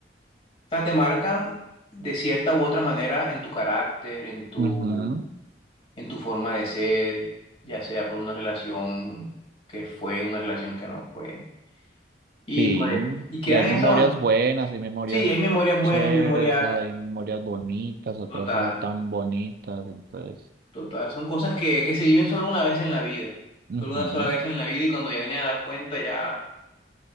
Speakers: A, on the left (about 35°); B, on the right (about 60°).
A: sea, te marcan de cierta u otra manera en tu carácter, en tu,
B: Ujú.
A: en tu forma de ser, ya sea por una relación que fue, una relación que no fue. Y
B: Sí,
A: pues, y quedan
B: y hay memorias
A: eso,
B: buenas, hay memorias
A: sí, hay memorias buenas
B: chéveres,
A: y memorias
B: hay memorias bonitas, otras
A: total,
B: no tan bonitas, entonces,
A: total. Son cosas que, que se viven solo una vez en la vida,
B: ujú,
A: solo una sola vez en la vida y cuando ya vienes a dar cuenta ya